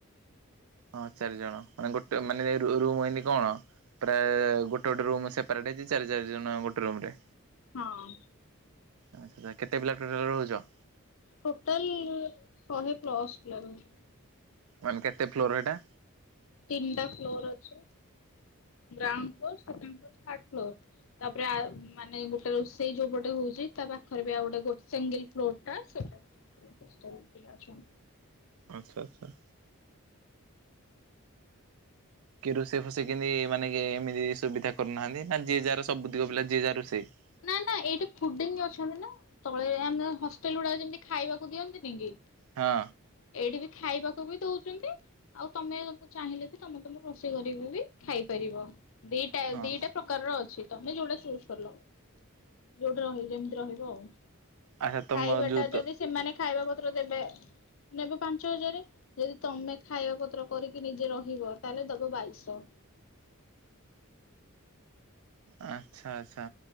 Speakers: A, on the right (about 80°); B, on the left (about 65°).
A: ହଁ ଚାରି ଜଣ ମାନେ ଗୋଟେ ମାନେ ରୁମ ଏମତି କଣ? ପ୍ରାୟ ଗୋଟେ ଗୋଟେ ରୁମ ସେପାରେଟ ହେଇଛି ଚାରି ଚାରି ଜଣ ଗୋଟେ ରୁମ ରେ
B: ହଁ।
A: ଆଚ୍ଛ ଆ କେତେ ପିଲା ଟୋଟଲ ରହୁଚ?
B: ଟୋଟାଲ ଶହେ ପ୍ଲସ୍ ଲାଗନ୍ତି।
A: ମାନେ କେତେ ଫ୍ଲୋର ଏଟା।
B: ତିନିଟା ଫ୍ଲୋର ଅଛି ground floor second floor third floor. ତାପରେ ମାନେ ଗୋଟେ ରୋଷେଇ ଯୋଉ ଗୋଟେ ହଉଛି ତା ପାଖରେ ବି ଆଉ ଗୋଟେ ସିଙ୍ଗିଲ ଫ୍ଲୋର ହ ସେଠା <unintelligible>
A: ଆଚ୍ଛା ଆଚ୍ଛା। କି ରୋଷେଇ ଫୋଷେଇ କେମିତି ମାନେ କି ଏମିତି ସୁବିଧା କରୁନାହାନ୍ତି, ନା ଯି ଯା ର ସବୁ ଦିଗ ପିଲା ଯିଏ ଯାହା <unintelligible>
B: ନା ନା ଏଇଟା ଫୁଡିଙ୍ଗି ଅଛି ନା। ତଳେ ଆମେ ହଷ୍ଟେଲ ଗୁଡାକ ଯେମିତି ଖାଇବାକୁ ଦିଅନ୍ତିନି କି।
A: ହଁ।
B: ଏଇଠି ବି ଖାଇବାକୁ ବି ଦଉଛନ୍ତି। ଆଉ ତମେ ଯେ ଚାହିଁଲେ ବି ତମକୁ ବି ରୋଷେଇ କରିକି ବି ଖାଇପାରିବ। ଦିଟା
A: ହଁ
B: ଦିଟା ପ୍ରକାରର ଅଛି ତମେ ଯୋଉଟା ଚୁଜ୍ କଲ। ଯୋଉଠି ରହିବି ଯେମିତି ରହିବ ଆଉ
A: ଆଚ୍ଛା ତମ
B: ଖାଇବା
A: ଯୋଉ
B: ଟା ଯଦି ସେମାନେ ଖାଇବା ପତ୍ର ଦେବେ ନେବେ ପାଞ୍ଚ ହଜାର, ଯଦି ତମେ ଖାଇବା ପତ୍ର କରିକି ନିଜେ ରହିବ ତାହେଲେ ଦବ ବାଇଶ।
A: ଆଚ୍ଛା ଆଚ୍ଛା